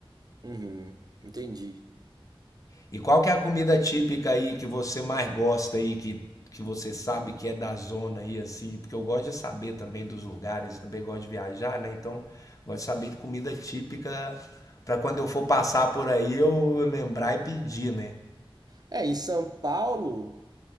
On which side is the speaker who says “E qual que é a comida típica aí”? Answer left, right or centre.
Left